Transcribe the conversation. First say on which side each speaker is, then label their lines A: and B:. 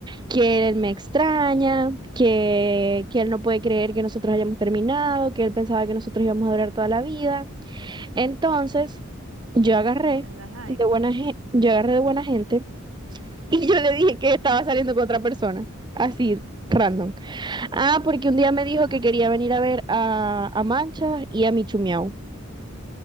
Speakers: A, on the right; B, on the right.
A: que él me extraña, que, que él no puede creer que nosotros hayamos terminado, que él pensaba que nosotros íbamos a durar toda la vida. Entonces, Yo agarré
B: a la jaiba.
A: de buena gente, yo agarré de buena gente <laughs> y yo le dije que estaba saliendo con otra persona, así random. Ah, porque un día me dijo
B: Ajá.
A: que quería venir a ver a, a Mancha y a Michumiau.